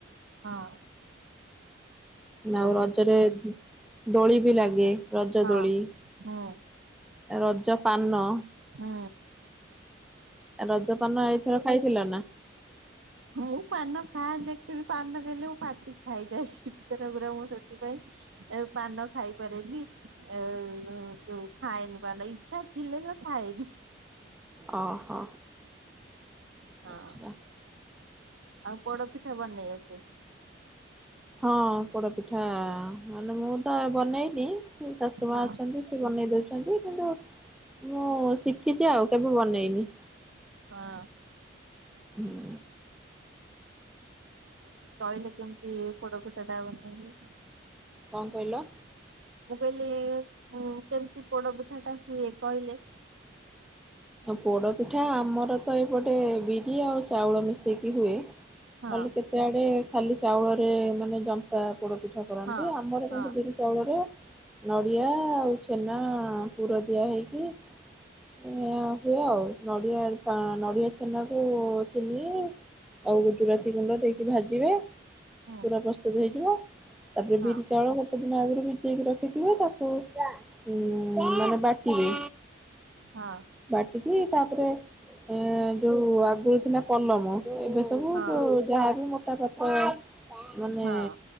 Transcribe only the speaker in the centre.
ନା ଆଉ
ରଜରେ। ଦୋଳି। ବି ଲାଗେ ରଜ
ଦୋଳି।
ରଜ ପାନ।
ରଜପାନ ଏଇଥର ଖାଇଥିଲ ନା।
ଓହୋ ଆଚ୍ଛା।
ହଁ ପୋଡପି ପିଠା ମାନେ ବହୁତ ତ ବନେଇନି। ଶାଶୁ ମା
ଅଛନ୍ତି ସେ ବନେଇ ଦଉଛନ୍ତି। ନ୍ତି କିନ୍ତୁ ମୁଁ ଶିଖିଛି ଆଉ କେବେ ବନେଇନି
ହୁଁ।
କଣ କହିଲ।
ପୋଡ ପିଠା ଆମର ତ ଏପ୍ ଗୋଟେ ବିରି ଆଉ ଚାଉଳ ମିଶେଇକି। କି ହୁଏ। ଖାଲି
କେତେ ଆଡେ ଖାଲି ଚାଉଳ ଏ ମାନେ ଜ ତା ପୋଡ ପିଠା କରନ୍ତି।
ଆମର
କିନ୍ତୁ ବିରି ଚାଉଳରେ ନଡ଼ିଆ ଆଉ ଛେନା ପୁର ଦିଆ ହେଇକି ଇଁ ହୁଏ, ଆଉ ନଡିଆ ତା ନଡିଆ ଛେନାକୁ ଚିନି ଆଉ ଗୁଜୁରାତି ଗୁଣ୍ଡ ଦେଇକି ଭାଜିବେ।
ପୁରା ପ୍ରସ୍ତୁତ ହେଇଯିବ। ତାପରେ
ବିରି ଚାଉଳ ଗ ଟେଦିନ ଆଗରୁ ଭିଯେଇକି ର ଖିଥିବ ତାକୁ ହୁଁ ମାନେ ବାଟିବେ?
ବାଟିକି ତାପରେ ଏ ଯୋଉ ଆଗରୁ ଥିଲା ପଲମ ଏବେ ସବୁ
ଯୋଉ ଯାହାବି ମୋଟାପାତ। ଓଁ। ମାନେ